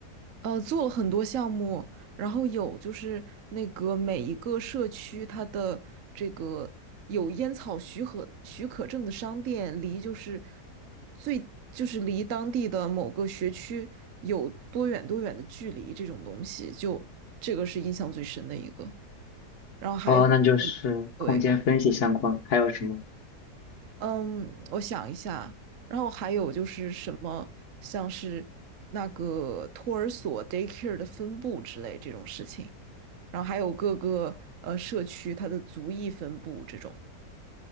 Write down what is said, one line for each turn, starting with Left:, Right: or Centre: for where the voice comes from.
Right: 呃，做了很多项目，然后有就是那个每一个社区它的这个有烟草许可许可证的商店，离就是最就是离当地的某个学区有多远多远的距离，这种东西就这个是印象最深的一个。然后还有就是对，
Left: 哦，那就是空间分析相关，还有什么？
Right: 嗯，我想一下，然后还有就是什么像是那个托儿所 daycare 的分布之类这种事情。然后还有各个呃社区它的族裔分布这种。